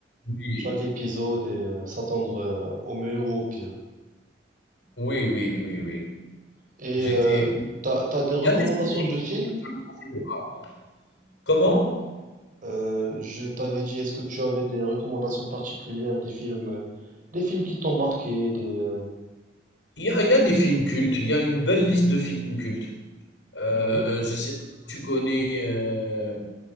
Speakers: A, on the left; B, on the right.
A: Oui.
B: chaque épisode et euh, s'attendre euh, au meilleur ou au pire.
A: Oui, oui, oui, oui.
B: Et
A: J'étais
B: euh, t'as, t'as des recommandations
A: il y a des séries
B: de
A: sur
B: films?
A: lesquelles je ne pensais pas. Comment?
B: Euh, je t'avais dit, est-ce que tu avais des recommandations particulières, des films, euh, des films qui t'ont marqué, des... euh,
A: Il y a il y a des films cultes, il y a une belle liste de films cultes. Heu,
B: Oui.
A: je sais pas si tu connais, heu